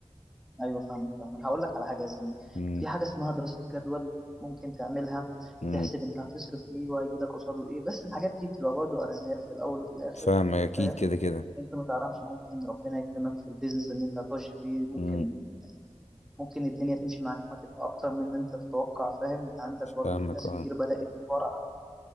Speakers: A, in the centre; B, on the left.
A: ايوه فاهمك فاهمك هقول لك على حاجه يا زميلي
B: امم
A: في حاجه اسمها دراسه جدول ممكن تعملها
B: امم
A: تحسب انت هتصرف ايه وهيجي لك قصاده ايه بس الحاجات دي بتبقى برضو ارزاق في الاول وفي الاخر
B: فاهمك اكيد
A: فاهم
B: كده كده
A: انت ما تعرفش ممكن ربنا يكرمك في البيزنس اللي انت هتخش فيه ممكن
B: امم
A: ممكن الدنيا تمشي معاك ما تبقى اكتر من ان انت تتوقع فاهم انت عندك برضو
B: فاهمك
A: في ناس
B: اه
A: كتير بدأت بفرع